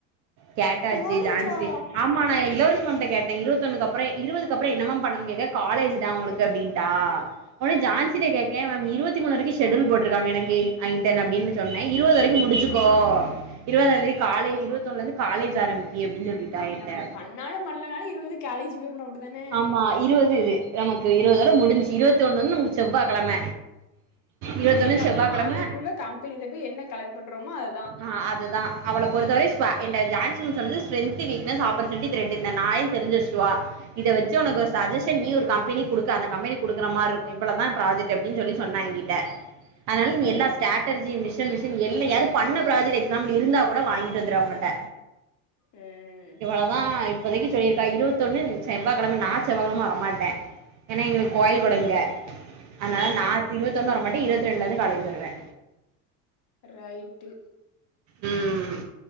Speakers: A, on the right; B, on the left.
A: கேட்டாச்சு
B: காலேஜா
A: ஜான்சி ஆமா நா இளவர மேம்ட கேட்டே இருவத்தொன்னுக்கப்புறோ இருவதுக்குப்புறோ என்ன மேம் பண்னூனு கேக்கே காலேஜ் டா உங்களுக்கு அப்டீன்டா ஒன்னே ஜான்சிட கேக்கே மேம் இருவத்தி மூனு வரைக்கு ஷெட்யூல் போட்ருக்காங்க எனக்கு ஐன்டென் அப்டினு சொன்னே இருவது வரைக்கு முடிச்சுக்கோ இருவதாந்தேதி காலே இருவத்தி ஒன்னுல இருந்து காலேஜ் ஆரம்பி நீ எப்டின்னு சொல்லித்தா
B: அப்ப
A: என்ட
B: நம்ம பண்ணாலு பண்ணலனாலு இருவது காலேஜ் போயிரணு அப்டிதானே
A: ஆமா <unintelligible> நமக்கு இருபது வர முடிஞ்சு இருபத்தி ஒண்ணு நமக்கு செவ்வா கெழம இருவத்தொன்னு
B: சேரி அப்ப
A: செவ்வா
B: நம்ம
A: கெழம
B: அதுக்குள்ள கம்பெனில போய் என்ன கலெக்ட் பண்றோமோ அதுதா
A: அ அதுதா அவள பொருத்தவரை என்ட ஜான்சி சொன்னது ஸ்பென்டிவீக்னஸ் ஆப்பர்சுனிடி <unintelligible> தெரிஞ்சு வச்சுட்டு வா இத வச்சு உனக்கு ஒரு சஜஷன் நீ ஒரு கம்பெனி கொடுக்க அந்த கம்பெனி குடுக்கற மாரி இருக் இவ்ளதா ப்ராஜெட் எப்டினு சொல்லி சொன்னா எங்கிட்ட அதனால நீ
B: ரைட்டு
A: எல்லா ஸ்ட்ராட்டஜி மிஷன் மிஷன் எல்ல யாரு பண்ண ப்ராஜெக்ட் எக்ஸாம்ல இருந்தா கூட வாங்கிட்டு வந்துரு அவங்கட்ட
B: ம்
A: இவளோதா இப்பதைக்கு சொல்லிருக்கா இருபத்தொன்னு செவ்வாகிழம நா செவ்வாகிழம வரமாட்டே ஏன்னா எங்களுக்கு கோயில் கொடுங்க அதனால
B: ஆ
A: நா இருபத்தொண்ணு வர மாட்டே இருபத்தி ரெண்டு தா காலேஜ் வருவே
B: ரைட்டு
A: ம்